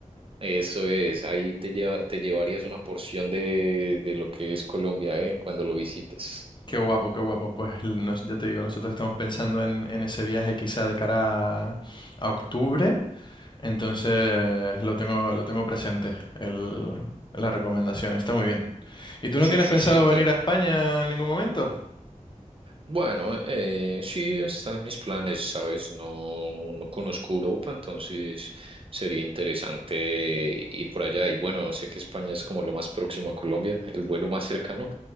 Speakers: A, on the right; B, on the left.
A: Eso es, ahí te lleva, te llevarías una porción de, de lo que es Colombia, eh, cuando lo visites.
B: Qué guapo, qué guapo. Pues nos- ya te digo, nosotros estamos pensando en, en ese viaje quizá de cara a, a octubre, entonces lo tengo, lo tengo presente, el, la recomendación. Está muy bien. ¿Y tú no
A: Sí,
B: tienes
A: sí,
B: pensado
A: sí,
B: venir a España en ningún momento?
A: Bueno, eh, sí está en mis planes, ¿sabes? No, no conozco Europa, entonces sería interesante ir por allá. Y bueno, sé que España es como lo más próximo a Colombia, el vuelo más cercano.